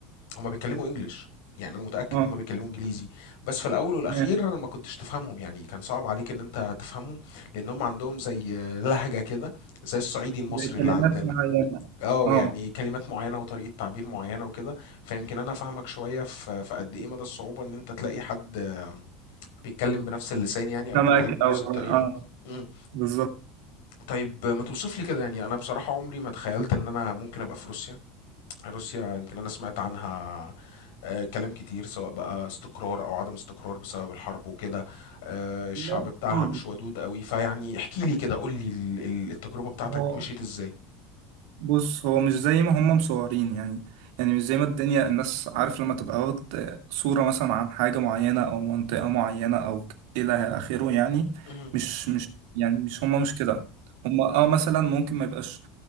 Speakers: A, on the left; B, on the right.
A: هُم بيتكلموا English، يعني أنا متأكد
B: اه
A: إن هُم بيتكلموا إنجليزي، بس في الأول والأخير
B: تمام
A: ما كنتش تفهمهم، يعني كان صعب عليك إن أنت تفهمهم، لإن هُم عندهم زي آه، لهجة كده زي الصعيدي المصري
B: زي كلمات
A: اللي عندنا.
B: معينة
A: اه
B: اه
A: يعني كلمات معينة وطريقة تعبير معينة وكده فيمكن انا فاهمك شوية في في قد ايه مدى الصعوبة ان انت تلاقي حد آه، بيتكلم بنفس اللسان يعني او
B: سمك
A: بيتكلم بنفس
B: أو
A: الطريقة
B: اه
A: مم.
B: بالظبط
A: طيب آه، ما توصف لي كده يعني انا بصراحة عمري ما تخيلت ان انا ممكن ابقى في روسيا روسيا يمكن انا سمعت عنها آه، كلام كتير سواء بقى استقرار او عدم استقرار بسبب الحرب وكده آه، الشعب
B: لا
A: بتاعها
B: خالص
A: مش ودود قوي فيعني احكي لي كده قول لي ال- ال- التجربة بتاعتك
B: هو
A: مشيت ازاي
B: بص هو مش زي ما هم مصورين يعني يعني مش زي ما الدنيا الناس عارف لما تبقى واخد صورة مثلا عن حاجة معينة أو منطقة معينة أو إلى آخره يعني
A: مهم.
B: مش مش يعني مش هم مش كده هم اه مثلا ممكن ما يبقاش